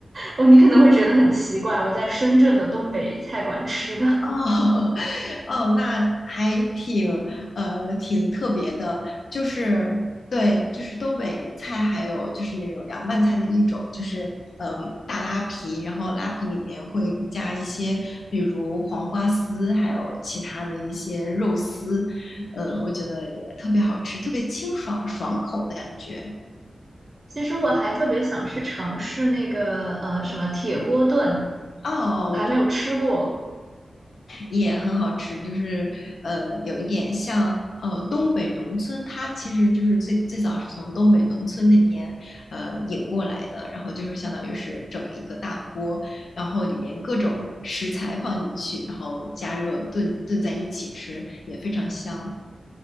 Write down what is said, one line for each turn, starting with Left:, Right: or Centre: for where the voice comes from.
Right: 我你可能会觉得很奇怪，我在深圳的东北菜馆吃的，
Left: 哦 <laughs>，哦，那还挺呃挺特别的，就是对，就是东北菜，还有就是那种凉拌菜的一种，就是嗯、呃大拉皮，然后拉皮里面会加一些，比如黄瓜丝，还有其他的一些肉丝，呃，我觉得也特别好吃，特别清爽爽口的感觉。
Right: 其实我还特别想去尝试那个呃什么铁锅炖，
Left: 哦，
Right: 我还没有吃过。
Left: 我。也很好吃，就是呃有一点像呃东北农村，它其实就是最最早是从东北农村那边呃引过来的，然后就是相当于是整一个大锅，然后里面各种食材放进去，然后加热炖炖在一起吃，也非常香。